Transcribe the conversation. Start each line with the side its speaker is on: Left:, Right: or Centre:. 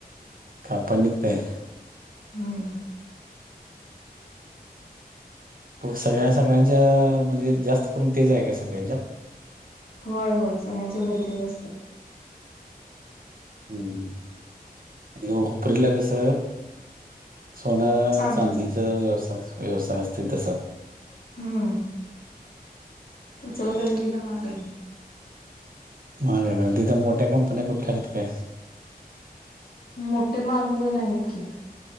Right: कापड निघतय.
Left: हम्म.
Right: सगळ्या सगळ्यांच्या म्हणजे जास्त करून तेच आहे काय सगळ्यांच्यात.
Left: होय होय सगळ्यांच्या घरी तेच असतय.
Right: हम्म, उपरीला कस. सोन,
Left: चांदीचा
Right: चांदीच व्यवसा व्यवसाय असतय तस.
Left: हम्म, चलाकरंजीला महाग आहे.
Right: मा तिथं मोठ्या कंपन्या कुठल्या आहेत काय?
Left: मोठे माग पण आहेत की.